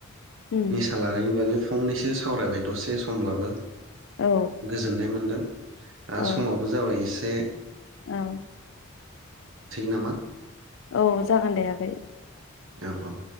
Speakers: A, on the left; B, on the right.
A: उम
B: निसा लानायनि बागै फो फंनैसो सावरायबाय दसे समब्लाबो
A: औ
B: गोजोननाय मोनदों। ओ
A: औ
B: समाबो जाबाय इस दे
A: औ
B: नामा
A: औ जागोन दे आगै। <inaudible>
B: औ औ औ